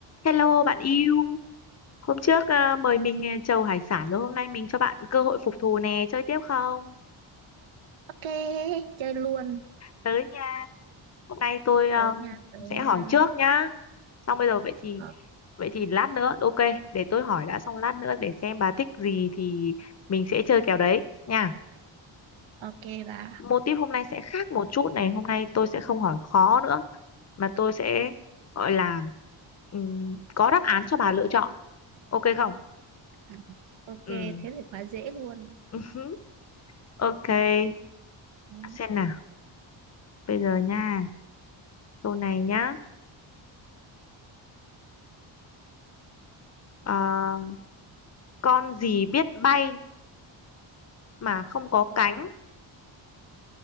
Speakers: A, on the left; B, on the right.
A: Hello bạn yêu, hôm trước à, mời mình à, trầu hải sản rồi hôm nay mình cho bạn cơ hội phục thù nè, chơi tiếp không?
B: Ok, chơi luôn.
A: Tới nha. Hôm nay tôi um,
B: Tới nha, tới
A: sẽ
B: nha.
A: hỏi trước nhá. Xong bây giờ vậy thì
B: Ờ,
A: vậy thì lát nữa ok, để tôi hỏi đã xong lát nữa để xem bà thích gì thì mình sẽ chơi kèo đấy nha.
B: ok bà.
A: Mô típ hôm nay sẽ khác một chút này, hôm nay tôi sẽ không hỏi khó nữa mà tôi sẽ gọi là ừm, có đáp án cho bà lựa chọn. Ok không?
B: Ừ. Ok,
A: Ừ.
B: thế thì quá dễ luôn.
A: <laughs> Ok.
B: Ừ.
A: Xem nào. Bây giờ nha, câu này nhá. Ờ, con gì biết bay mà không có
B: Con,
A: cánh?